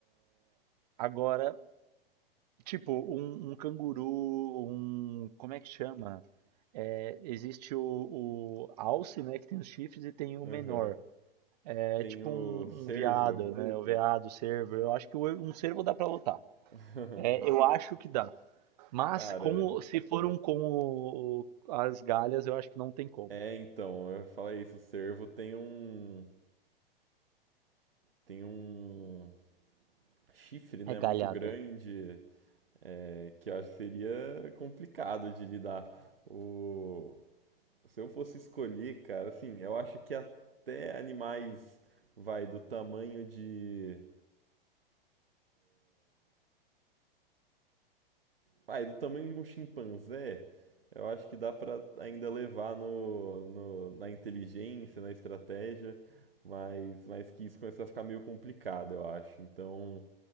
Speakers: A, on the right (about 45°); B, on the right (about 70°).
A: Agora, Tipo, um, um canguru, um. Como é que chama? É, existe o, o alce, né, que tem os chifres, e tem o
B: Aham.
A: menor.
B: Uhum.
A: É
B: Tem
A: tipo
B: o
A: um,
B: cervo.
A: um veado, né? O veado, o cervo. Eu acho que o- um cervo dá pra lutar.
B: <laughs>
A: É, eu acho que dá. Mas
B: Cara,
A: com, o- se for um com o- as galhas, eu acho que não tem como.
B: É, então, eu ia falar isso, o cervo tem um. tem um chifre, né,
A: É galhada.
B: muito grande, é, que eu acho que seria complicado de lidar. O... Se eu fosse escolher, cara, assim, eu acho que até animais, vai, do tamanho de. Vai, do tamanho de um chimpanzé, eu acho que dá pra ainda levar no, no- na inteligência, na estratégia, mas, mas que isso começa a ficar meio complicado, eu acho. Então.